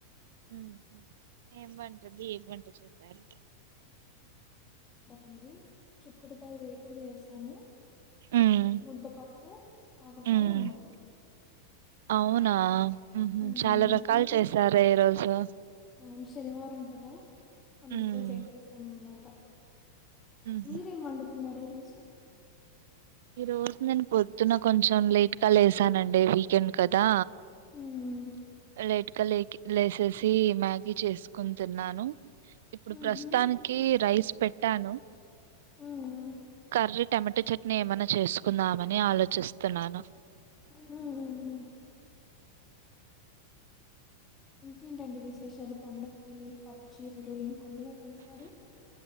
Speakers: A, on the right; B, on the left.
A: ఉ ఏం వంట గి వంట చేసారు
B: అండి చుకుడుకాయ వేపుడు చేశాను
A: ఉమ్
B: ముద్దపప్పు ఆవకాయ
A: ఉమ్
B: అన్నం
A: అవునా ఉ హు
B: మ్మ్.
A: చాలా రకాలు
B: మీరు
A: చేశారె ఈ రోజు
B: అవును శనివారం కదా అందుకు
A: ఉమ్
B: చేసేశాన్ అన్నమాట
A: ఉహు
B: మీరేం వండుకున్నారు ఈ రోజు
A: ఈ రోజు నేను పొద్ ద్దున కొంచెం లేట్ గా లేసానండి వీకెండ్ కదా
B: మ్మ్.
A: లెట్ కలెకి లేసేసి మ్యాగీ చేస్ కుంటున్నాను ఇప్పుడు
B: మ్హూ.
A: ప్రస్తుతానికి రైస్ పెట్టాను
B: మ్మ్.
A: కర్రీ టమాటా చట్నీ ఏమైనా చేసుకుందామని ఆలోచిస్ స్తునాను
B: మ్మ్. ఇంకేంటండి విశేషాలు పండక్కి పట్టు చీరలు ఏం కొనలేద ఈసారి